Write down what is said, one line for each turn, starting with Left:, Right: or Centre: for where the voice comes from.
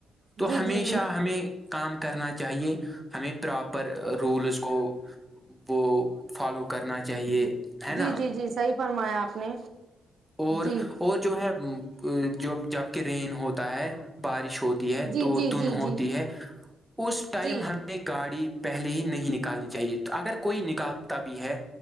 Centre: تو
Right: جی
Centre: ہمیشہ
Right: جی جی
Centre: ہمیں کام کرنا چاہیے ہمیں پراپر رولس کو وہ فالو کرنا چاہیے ہے نا
Right: جی جی جی صحیح فرمایا آپ نے
Centre: اور
Right: جی
Centre: اور جو ہے جبک رین ہوتا ہے بارش ہوتی ہے
Right: جی
Centre: تو
Right: جی
Centre: دن
Right: جی
Centre: ہوتی
Right: جی
Centre: ہے اس ٹائم
Right: جی
Centre: ہمیں اپ گاڑی پہلے ہی نہیں نکالنی چاہیے اگر کوئی نکالتا بھی ہے